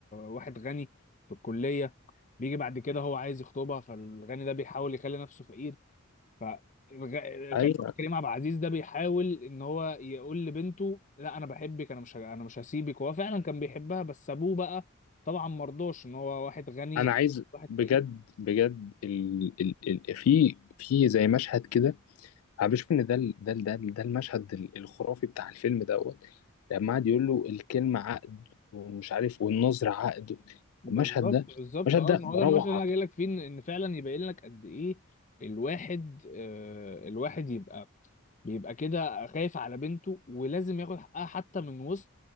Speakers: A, on the left (about 35°); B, on the left (about 80°).
A: واحد غني في الكلية بيجي بعد كده هو عايز يخطبها فالغني ده بيحاول يخلي نفسه فقير ف الغ-
B: ايوه
A: كان كريم عبد العزيز ده بيحاول ان هو يقول لبنته لا انا بحبك انا مش ه- انا مش هسيبك وهو فعلا كان بيحبها بس ابوه بقى طبعا مرضوش ان هو واحد غني
B: انا عايز
A: واحد
B: بجد
A: فقير
B: بجد ال... ال... ال... في في زي مشهد كده انا بشوف ان ده ال... ده ال... ده, ال... ده المشهد ال- الخرافي بتاع الفيلم دوت لما قعد يقول له الكلمة عقد ومش عارف والنظر عقد
A: بالظبط
B: المشهد ده
A: بالظبط
B: المشهد
A: اه
B: ده
A: ما هو
B: روعة
A: ده المثل اللي انا جاي لك فيه ان إن فعلا يبين لك قد ايه الواحد آه الواحد يبقى بيبقى كده خايف على بنته ولازم ياخد حقها حتى من وسط